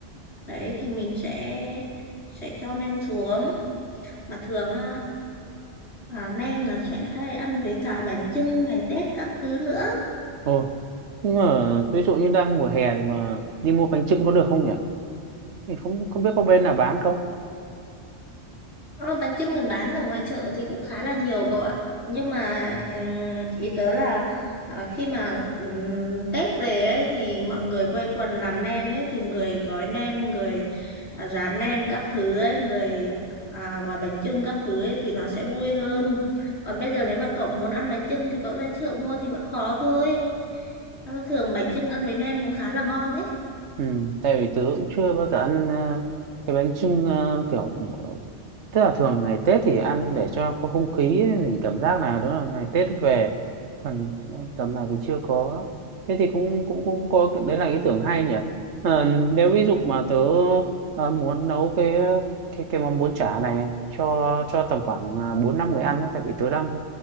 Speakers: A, on the left (about 70°); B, on the right (about 75°).
A: Đấy thì mình sẽ sẽ cho nem xuống. Mà thường á, à, nem là sẽ hay ăn với cả bánh chưng ngày Tết các thứ nữa.
B: ồ nhưng mà ví dụ như đang mùa hè thì mà đi mua bánh chưng có được không nhỉ thì không không biết có bên nào bán không
A: Ờ, bánh chưng mình bán ở ngoài chợ thì cũng khá là nhiều cậu ạ. Nhưng mà ừm, ý tớ là à, khi mà ừm, Tết về ấy thì mọi người quây quần làm nem ấy thì người gói nem, người à, rán nem các thứ ấy, người à, gói bánh chưng các thứ ấy thì nó sẽ vui hơn. Còn bây giờ nếu mà cậu muốn ăn bánh chưng thì cậu ra chợ mua thì vẫn có thôi. Nhưng mà thường bánh chưng ăn với nem cũng khá là ngon đấy.
B: Ừ, tại vì tớ cũng chưa bao giờ ăn ờ, cái bánh chưng ờ, kiểu ờ, tức là thường ngày Tết thì ăn để cho có không khí ấy, mình cảm giác là đó là ngày Tết về còn ờ, tầm này thì chưa có thế thì cũng cũng cũng có đấy là ý tưởng hay nhỉ Ờ, nếu ví dụ mà tớ ờ, muốn nấu cái cái cái món bún chả này cho cho tầm khoảng ờ, bốn năm người ăn ấy tại vì tớ đang